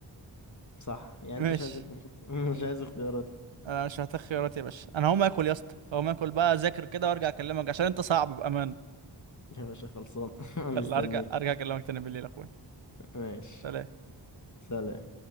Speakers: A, on the left; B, on the right.
A: صح يعني
B: ماشي
A: أنت مش عايز تكون خط... <laughs> مش عايز اختيارات
B: انا مش محتاج خيارات يا باشا انا هقوم اكل يا اسطى هقوم اكل بقى اذاكر كده وارجع اكلمك عشان انت صعب بامان
A: يا باشا خلصان <laughs>
B: يلا
A: مستنيك
B: ارجع ارجع اكلمك تاني بالليل يا اخويا
A: ماشي
B: سلام
A: سلام